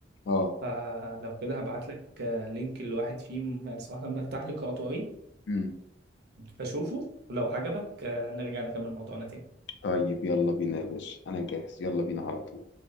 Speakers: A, on the left; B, on the right.
A: آه
B: فلو كده هبعت لك آه، لينك لواحد فيهم يعني صراحة برتاح لقراءته قوي
A: مم.
B: فشوفه ولو عجبك آه، نرجع نكمل موضوعنا تاني
A: طيب يلا بينا يا باشا أنا جاهز يلا بينا على طول